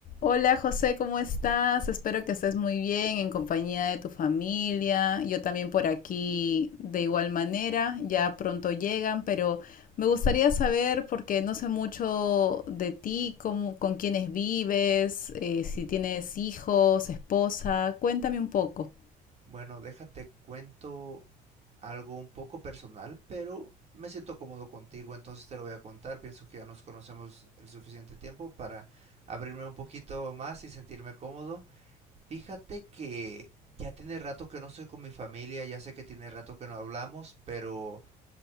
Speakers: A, on the left; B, on the right.
A: Hola José, ¿cómo estás? Espero que estés muy bien en compañía de tu familia. Yo también por aquí de igual manera, ya pronto llegan, pero me gustaría saber, porque no sé mucho de ti, cómo- con quiénes vives, eh, si tienes hijos, esposa, cuéntame un poco.
B: Bueno, déjate cuento algo un poco personal, pero me siento cómodo contigo, entonces te lo voy a contar. Pienso que ya nos conocemos el suficiente tiempo para abrirme un poquito más y sentirme cómodo. Fíjate que ya tiene rato que no estoy con mi familia, ya sé que tiene rato que no hablamos, pero